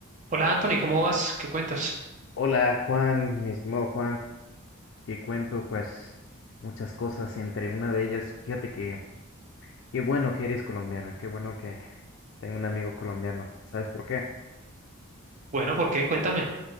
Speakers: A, on the right (about 35°); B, on the left (about 55°).
A: Hola Anthony, ¿cómo vas? ¿Qué cuentas?
B: Hola Juan, mi estimado Juan, que cuento pues muchas cosas, entre una de ellas, fíjate que qué bueno que eres colombiano, qué bueno que tengo un amigo colombiano, ¿sabes por qué?
A: Bueno, ¿por qué? Cuéntame.